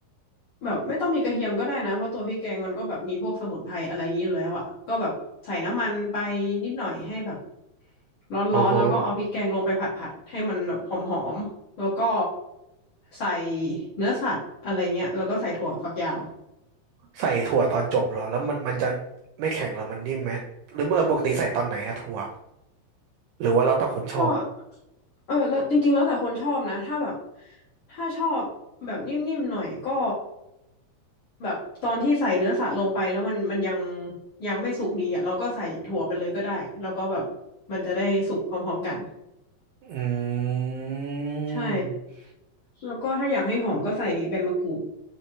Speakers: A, on the left; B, on the right.
A: แบบไม่ต้องมีกระเทียมก็ได้นะ เพราะตัวพริกแกงมันก็แบบมีพวกสมุนไพรอะไรอย่างนี้อยู่แล้วอ่ะก็แบบใส่น้ำมันไปนิดหน่อยให้แบบร้อนๆ
B: อ๋อฮะ
A: แล้วก็เอาพริกแกงลงไปผัดๆ ให้มันแบบหอมๆแล้วก็ใส่เนื้อสัตว์อะไรเงี้ยแล้วก็ใส่ถั่วฝักยาว
B: ใส่ถั่วตอนจบเหรอแล้วมันมันจะไม่แข็งเหรอมันนิ่มไหมหรือเมื่อปกติใส่ตอนไหนอะถั่วหรือว่าแล้วแต่คนชอบ
A: ก็เออแล้วจริงๆแล้วแต่คนชอบนะถ้าแบบถ้าชอบแบบนิ่มๆหน่อยก็แบบตอนที่ใส่เนื้อสัตว์ลงไปแล้วมันมันยังยังไม่สุกดีอ่ะเราก็ใส่ถั่วไปเลยก็ได้แล้วก็แบบมันจะได้สุกพร้อมๆกัน
B: อืม
A: ใช่แล้วก็ถ้าอยากให้หอมก็ใส่ใบมะกรูด